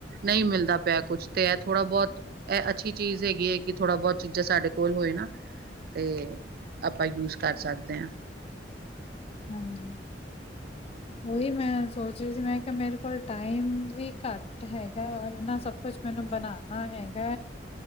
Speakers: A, on the right; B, on the left.
A: ਨਈ ਮਿਲਦਾ ਪਿਆ ਕੁੱਛ ਤੇ ਥੋੜਾ-ਬਹੁਤ, ਐ ਅੱਛੀ ਚੀਜ਼ ਹੈਗੀ ਏ, ਕਿ, ਥੋੜਾ ਬਹੁਤ ਚੀਜ਼ਾਂ ਸਾਡੇ ਕੋਲ ਹੋਏ ਨਾ। ਤੇ, ਆਪਾ ਯੂਜ ਕਰ ਸਕਦੇ ਹਾਂ।
B: ਹਾਂਜੀ। ਔਹੀ ਮੈਂ ਸੋਚ ਰਹੀ ਸੀ। ਮੈਂ ਕਿਆ, ਮੇਰੇ ਕੋਲ ਟਾਈਮ ਵੀ ਕੱਟ ਹੈਗਾ, ਔਰ ਇਨਾ ਸਭ ਕੁਛ ਮੈਨੂੰ ਬਣਾਉਣਾ ਹੈਗਾ